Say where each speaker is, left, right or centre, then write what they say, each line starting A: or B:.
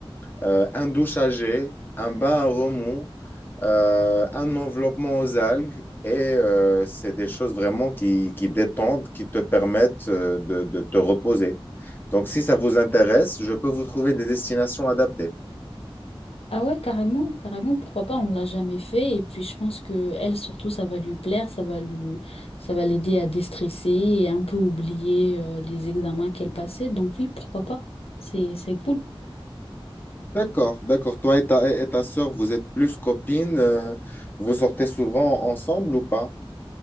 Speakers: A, on the left (about 20°); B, on the left (about 90°).
A: euh, un douchage, un bain à remous, euh, un enveloppement aux algues et euh, c'est des choses vraiment qui, qui détendent, qui te permettent euh, de, de te reposer. Donc, si ça vous intéresse, je peux vous trouver des destinations adaptées.
B: Ah ouais, carrément, carrément, pourquoi pas, on l'a jamais fait. Et puis, je pense que elle, surtout, ça va lui plaire, ça va lui, ça va l'aider à déstresser et un peu oublier euh, les examens qu'elle passait. Donc oui, pourquoi pas? C'est, c'est cool.
A: D'accord, d'accord. Toi et ta, et ta sœur, vous êtes plus copines, euh, vous sortez souvent ensemble ou pas?